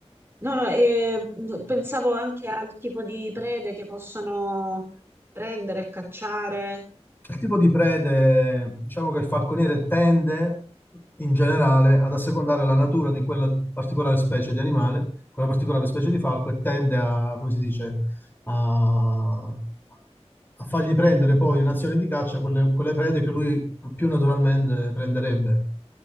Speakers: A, on the right (about 20°); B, on the left (about 20°).
A: No, no, e mh, pensavo anche al tipo di prede che possono prendere e cacciare.
B: Il tipo di prede, diciamo che il falconiere tende in generale ad assecondare la natura di quella particolare specie di animale, quella particolare specie di falco, e tende a, come si dice, a, a fargli prendere poi in azione di caccia quelle, quelle prede che lui più naturalmente prenderebbe.